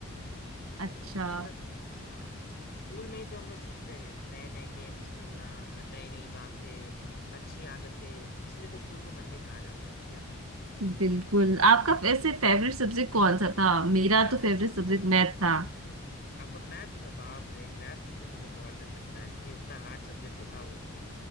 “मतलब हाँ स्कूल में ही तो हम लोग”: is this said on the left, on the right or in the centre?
Left